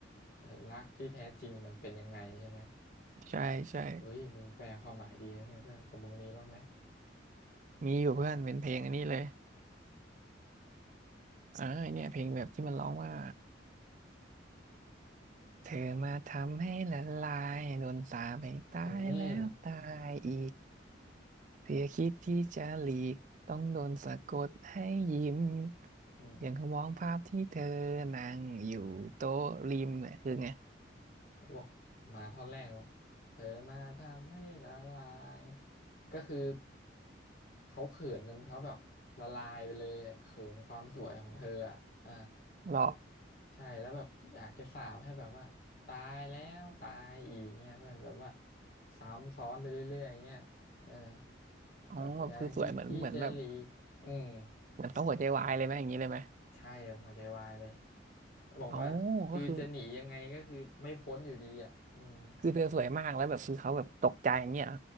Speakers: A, on the left; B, on the right.
A: เออรักที่แท้จริงเนี่ยมันเป็นยังไงใช่ไหม
B: ใช่ใช่
A: เฮ้ยมึงแปลความหมายดีนะเนี่ยเพื่อนของมึงมีบ้างไหม
B: มีอยู่เพื่อนเป็นเพลงอันนี้เลยเออเนี่ยเพลงแบบที่มันร้องว่าเธอมาทำให้ละลายโดนสาปให้ตายแล้วตายอีก
A: อืม
B: เธอคิดที่จะหลีกต้องโดนสะกดให้ยิ้ม
A: อืม
B: อย่างเขามองภาพที่เธอนั่งอยู่โต๊ะริมเนี่ยคือไง
A: บอกมาท่อนแรกบอกเธอมาทำให้ละลายก็คือเขาเขินจนเขาแบบละลายไปเลยอะเขินความสวยของเธออ่ะอ่า
B: หรอ
A: ใช่แล้วแบบอยากจะสาปให้แบบว่าตายแล้วตายอีกเงี้ยเพื่อนแบบว่าซ้ำซ้อนไปเรื่อยๆอย่างเงี้ยเออ
B: อ๋อคือสวยเหมือนเหมือนแบบ
A: แบบอย่าคิดที่จะหลีกอืม
B: เหมือนเขาหัวใจวายเลยไหมอย่างนี้เลยไหม
A: ใช่แบบหัวใจวายเลยแล้วบอกว่าคือจะหนียังไงก็คือไม่พ้นอยู่ดีอ่ะอืม
B: อ๋อก็คือคือเธอสวยมากแล้วแบบคือเขาแบบตกใจอย่างเงี้ยเหร